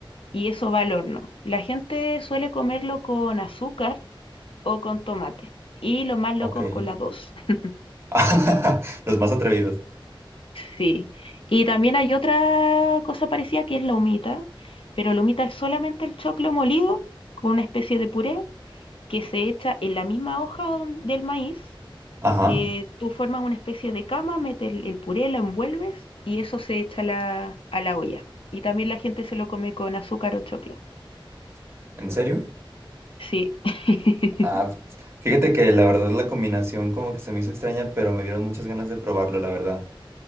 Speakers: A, on the left; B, on the right.
A: y eso va al horno. La gente suele comerlo con azúcar o con tomate. Y los más locos
B: ok.
A: con las dos. <laughs>
B: <laughs> Los más atrevidos.
A: Sí. Y también hay otra cosa parecida que es la humita, pero la humita es solamente el choclo molido con una especie de puré que se echa en la misma hoja don- del maíz.
B: Ajá,
A: Eh, tú formas una especie de cama, metes el el puré, lo envuelves y eso se echa a la, a la olla. Y también la gente se lo come con azúcar o choclo.
B: ¿en serio?
A: Sí. <laughs>
B: Ah, fíjate que la verdad la combinación como que se me hizo extraña, pero me dieron muchas ganas de probarlo, la verdad.